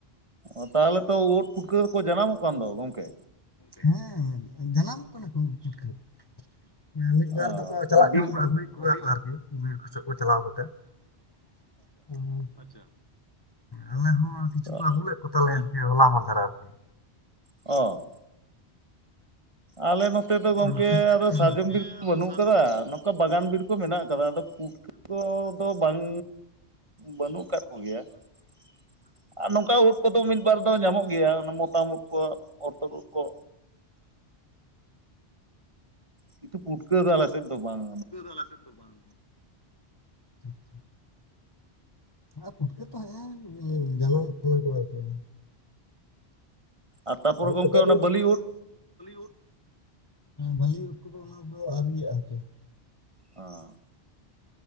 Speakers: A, on the right; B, on the left.
A: ᱚ ᱛᱟᱦᱚᱞᱮ ᱛᱚ ᱳᱴ ᱯᱷᱩᱠᱟᱹ ᱠᱚ ᱡᱟᱱᱟᱢᱚᱜ ᱠᱟᱱ ᱫᱚ ᱜᱚᱝᱠᱮ᱾
B: ᱦᱮᱸ ᱡᱟᱱᱟᱢᱚᱜ ᱠᱟᱱᱟ ᱠᱚ ᱯᱩᱴᱠᱟᱹ᱾ ᱮᱸ ᱢᱤᱫ
A: ᱚ
B: ᱵᱟᱨ ᱫᱚᱠᱚ ᱪᱟᱞᱟᱜ
A: ᱵᱤᱨ
B: ᱠᱟᱱᱟ ᱠᱚ ᱟᱜᱩᱭ- ᱟᱹᱜᱩᱭᱟ ᱠᱩ ᱟᱨᱠᱤ ᱵᱤᱨ ᱠᱚ ᱥᱮᱫ ᱠᱚ ᱪᱟᱞᱟᱣ ᱠᱟᱛᱮ ᱾ ᱦᱩᱸ ᱟᱪᱪᱷᱟ᱾ ᱟᱞᱮ ᱦᱚᱸ ᱟᱨ ᱠᱤᱪᱷᱩ
A: ᱛᱚ
B: ᱠᱚ ᱟᱹᱜᱩ ᱞᱮᱫ ᱠᱚ ᱛᱟᱞᱮᱭᱟ ᱟᱨᱠᱤ ᱦᱚᱞᱟ ᱢᱟᱫᱷᱮᱨ ᱟᱨᱠᱤ ᱾
A: ᱚ, ᱟᱞᱮ ᱱᱚᱛᱮ ᱫᱚ ᱜᱚᱝᱠᱮ
B: ᱟᱞᱮ ᱱᱚᱛᱮ
A: ᱟᱫᱚ
B: ᱫᱚ
A: ᱥᱟᱨᱡᱚᱢ
B: ᱜᱚᱝᱠᱮ
A: ᱵᱤᱨ ᱠᱚ
B: ᱟᱫᱚ
A: ᱵᱟᱹᱱᱩᱜ
B: ᱥᱟᱨᱡᱚᱢ
A: ᱟᱠᱟᱫᱟ,
B: ᱵᱤᱨ
A: ᱱᱚᱝᱠᱟ ᱵᱟᱜᱟᱱ ᱵᱤᱨ ᱠᱚ ᱠᱚ ᱢᱮᱱᱟᱜ ᱠᱟᱫᱟ, ᱟᱫᱚ ᱯᱩᱴᱠᱟᱹ ᱠᱚᱫᱚ ᱵᱟᱝ ᱵᱟᱹᱱᱩᱜ ᱠᱟᱫ ᱠᱚᱜᱮᱭᱟ ᱾ ᱟᱨ ᱱᱚᱝᱠᱟ ᱩᱴ ᱠᱚᱫᱚ ᱢᱤᱫ-ᱵᱟᱨ ᱫᱚ ᱧᱟᱢᱚᱜ ᱜᱮᱭᱟ ᱢᱚᱛᱟᱢ ᱩᱫᱽ ᱠᱚ ᱚᱨᱛᱚᱨ ᱩᱫᱽ ᱠᱚ᱾ ᱠᱤᱛᱩ ᱯᱴᱠᱟᱹ ᱫᱚ ᱟᱞᱮᱥᱮᱜ ᱫᱚ ᱵᱟᱝ
B: ᱟᱞᱮ ᱥᱮᱫ ᱫᱚ ᱵᱟᱝ, <inaudible> ᱟᱨ ᱯᱩᱴᱠᱟᱹ ᱛᱚ ᱦᱮᱜᱼᱮ ᱡᱟᱱᱟᱢᱚᱜ ᱠᱟᱱᱟ ᱠᱚ ᱟᱨᱠᱤ ᱾
A: ᱟᱨ ᱛᱟᱯᱚᱨᱮ
B: <inaudible>
A: ᱜᱚᱝᱠᱮ
B: ᱚᱱᱮ ᱵᱟᱹᱞᱤ
A: ᱚᱱᱟ ᱩᱫ
B: ᱩᱴ ᱵᱚᱞᱤᱣᱩᱰ ᱠᱚᱫᱚ ᱚᱱᱟ ᱫᱚ ᱟᱹᱨᱤᱭᱟᱜᱼᱟ ᱟᱨᱠᱤ ᱾
A: ᱚ